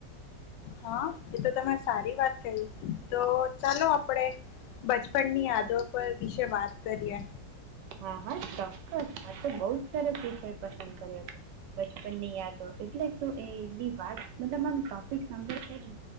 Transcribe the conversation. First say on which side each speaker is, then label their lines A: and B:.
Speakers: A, on the left; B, on the right.
A: હા એ તો તમે સારી વાત કહી તો ચાલો આપણેે બચપણ ની યાદો પર વિશે વાત કરીએ.
B: હા હા ચોક્કસ આ તો બહું જ સરસ વિષય પસંદ કર્યો છે. બચપનની યાદો એટલે તો એવી વાત મતલબ આમ ટોપિક સાંભળતા જ